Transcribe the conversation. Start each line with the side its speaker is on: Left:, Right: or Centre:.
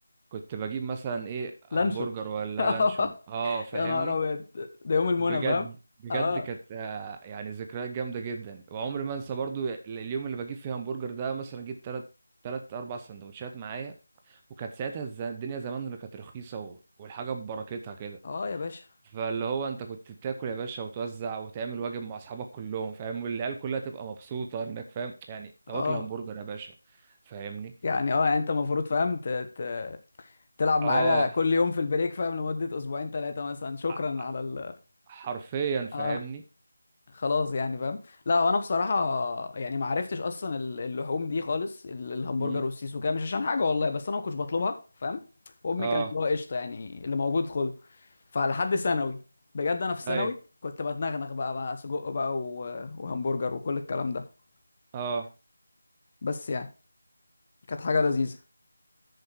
Right: كنت بجيب مثلا ايه
Left: لانشون
Right: همبرجر ولا
Left: <laughs>
Right: لانشون اه فاهمني
Left: يا نهار ابيض ده يوم المنى
Right: بجد
Left: فاهم
Right: بجد
Left: اه
Right: كانت آه، يعني ذكريات جامده جدا وعمري ما انسى برضو اليوم اللي بجيب فيه همبرجر ده مثلا جبت تلات تلات اربع سندوتشات معايا وكانت ساعتها الز- الدنيا زمان اللي كانت رخيصه و- والحاجه ببركتها كده
Left: اه يا باشا
Right: فاللي هو انت كنت تاكل يا باشا وتوزع وتعمل واجب مع اصحابك كلهم فاهم والعيال كلها تبقى مبسوطه انك فاهم يعني تاكل
Left: اه
Right: همبرجر يا باشا فاهمني
Left: يعني اه يعني انت المفروض فاهم ت... ت... تلعب
Right: اه
Left: معايا كل يوم في البريك فاهم لمدة اسبوعين ثلاثة مثلا شكرا
Right: ع- ع-
Left: على ال
Right: حرفيا فاهمني
Left: اه خلاص يعني فاهم لا وانا بصراحة يعني ما عرفتش اصلا ال- اللحوم دي خالص ال- الهمبرجر
Right: مم.
Left: والسوسيس وكده مش عشان حاجة والله بس انا ما كنتش بطلبها فاهم وامي
Right: اه
Left: كانت اللي هو قشطة يعني اللي موجود خده فلحد ثانوي بجد انا في ثانوي
Right: ايوه
Left: كنت بتنغنغ بقى بقى سجق بقى و- وهمبرجر وكل الكلام ده
Right: اه
Left: بس يعني كانت حاجه لذيذه